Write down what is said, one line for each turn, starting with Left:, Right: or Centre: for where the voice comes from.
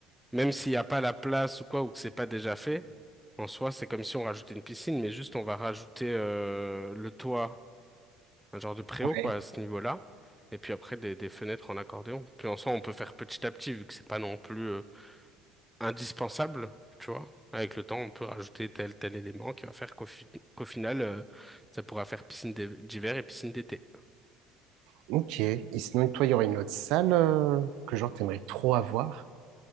Centre: même s'il n'y a pas la place ou quoi, ou que c'est pas déjà fait, en soi, c'est comme si on rajoutait une piscine, mais juste on va rajouter euh, le toit, un genre de préau,
Right: Ouais.
Centre: quoi, à ce niveau-là, et puis après, des, des fenêtres en accordéon. Puis en soi, on peut faire petit à petit, vu que c'est pas non plus euh, indispensable, tu vois. Avec le temps, on peut rajouter tel tel élément qui va faire qu'au fi- qu'au final, euh, ça pourra faire piscine d'hi- d'hiver et piscine d'été.
Right: Ok, et sinon, toi, il y aurait une autre salle euh, que genre t'aimerais trop avoir?